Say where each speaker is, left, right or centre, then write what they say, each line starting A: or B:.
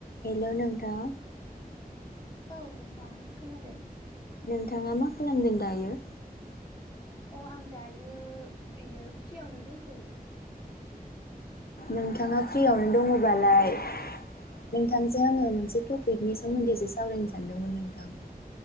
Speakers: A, on the left; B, on the left.
A: hello नोंथां
B: औ नोंथां खोनादों
A: नोंथाङा मा खालामदों दायो
B: अ आं दायो ओरैनो फ्रियावनो दंथ'यो
A: नोंथाङा फ्रियावनो दङबालाय नोंथांजों आङो मोनसे टपिकनि सोमोन्दैसो सावरायनो सानदोंमोन नोंथां